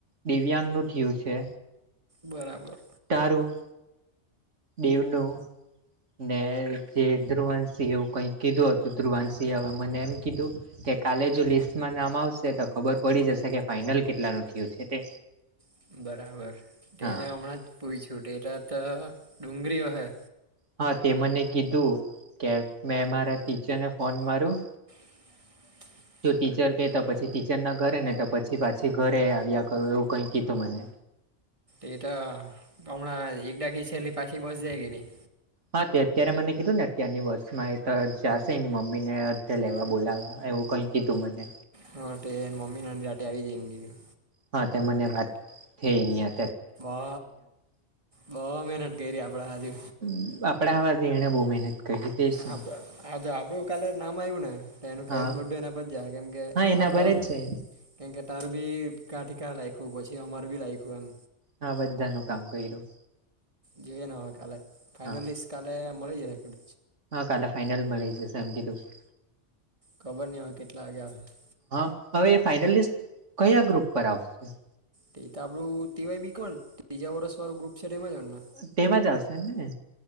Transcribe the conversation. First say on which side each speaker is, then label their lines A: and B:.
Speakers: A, on the right; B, on the right.
A: દિવ્યાંગનું થયુ છે.
B: બરાબર
A: તારું દેવનું ને જે ધ્રુવાંસી એવું કંઈ કીધું હતું ધ્રુવાંસી હવે મને એમ કીધું. કે કાલે જો લિસ્ટમાં નામ આવશે તો ખબર પડી જશે કે ફાઈનલ કેટલાનું થયું છે. તે
B: એ <inaudible> બરાબર તે
A: હા
B: મેં હમણાં જ પૂછું ટેરા તો ડુંગરીઓ હૈ
A: હા તે મને કીધું કે મેં મારા ટીચરને ફોન મારું?
B: <inaudible>
A: જો ટીચર કહેતા પછી ટીચર ના ઘરે ને તો પછી પાછી ઘરે આવ્યા કરું એવું કઈ કીધું મને.
B: એ તો અમણા એક ડાકી છેલ્લી પાછી બસ જાય કે ની,
A: હા તે અત્યારે મને કીધું ને અત્યારની બસ માં એ તો જશે મમ્મી ને ત્યાં લેવા બોલાવવા એવું કંઈક કીધુ મને.
B: હા તે એની મમ્મી ના એની જાતે આવી જાય એમ કીધું.
A: હા તે મને વાત -થઈ એની હાર.
B: અ બહુ મહેનત કરી આપડે આજે.
A: <unintelligible>
B: આપ
A: ને
B: અ આજે આપડું કાલે નામ આવ્યું ને. એનું
A: હા
B: કેરી બધું એના પર જાય કેમ કે
A: હા એના
B: આપડા
A: પર જ છે
B: કેમ કે તારુ બી કાંઠી કા લાયકુ પછી અમાર બી લાયકું એમ
A: હા બધાનું કામ કર્યું.
B: જોઈએ ને હવે કાલે ફાઇનલિસ્ટ
A: હા
B: કાલે મળી જશે.
A: હા કાલે ફાઈનલ મળી જશે એમ કીધું છે.
B: ખબર નહીં હવે કેટલા વાગ્યા આવશે.
A: હા હવે ફાઈનલિસ્ટ કયા ગ્રુપ પર આવશે.
B: તે તો આપણું ટીવાય બી કોમ ત્રીજા વર્ષ વાળું ગ્રુપ છે એમાં જ ને
A: તેમાં જ આવશે ને